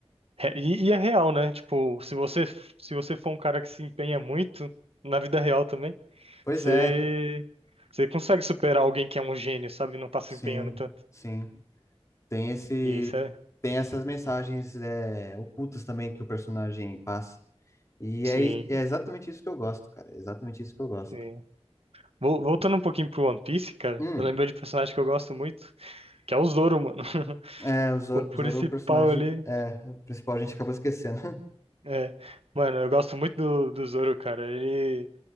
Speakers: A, on the right; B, on the left.
A: re- e, e é real, né? Tipo, se você se você for um cara que se empenha muito na vida real também,
B: Pois
A: você
B: é,
A: você consegue superar alguém que é um gênio, sabe? Não tá se
B: sim,
A: empenhando tanto.
B: sim. Tem esse,
A: E isso é
B: tem essas mensagens é, ocultas também que o personagem passa. E
A: sim,
B: é, i- é exatamente isso que eu gosto, cara. É exatamente isso que eu gosto.
A: sim. Vol- Voltando um pouquinho pro One Piece, cara,
B: Hum,
A: eu lembro de um personagem que eu gosto muito, que é o Zoro, mano. <laughs>
B: é, o Zoro,
A: O principal
B: Zoro, o personagem
A: ali.
B: é, principal, a gente acabou esquecendo. <laughs>
A: É. Mano, eu gosto muito do, do Zoro, cara. Ele